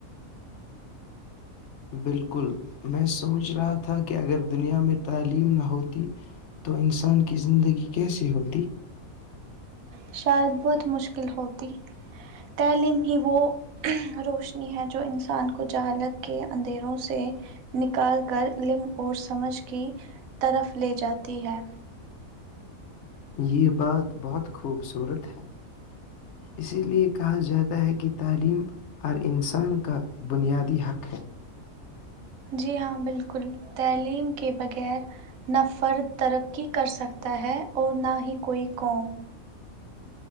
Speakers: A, on the left (about 65°); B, on the right (about 80°).
A: بالکل میں سوچ رہا تھا کہ اگر دنیا میں تعلیم نہ ہوتی تو انسان کی زندگی کیسی ہوتی
B: شاید بہت مشکل ہوتی تعلیم ہی وہ روشنی ہے جو انسان کو جہالت کے اندھیروں سے نکال کر علم اور سمجھ کی طرف لے جاتی ہے
A: یہ بات بہت خوبصورت ہے اسی لیے کہا جاتا ہے کہ تعلیم ہر انسان کا بنیادی حق ہے
B: جی ہاں بالکل تعلیم کے بغیر نہ فرد ترقی کر سکتا ہے اور نہ ہی کوئی قوم